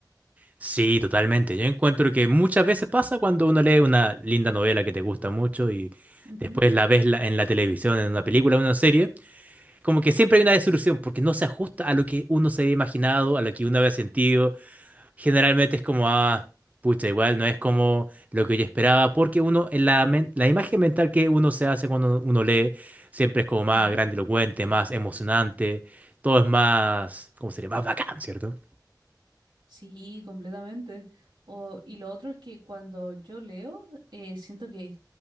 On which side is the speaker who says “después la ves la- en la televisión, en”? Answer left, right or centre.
Right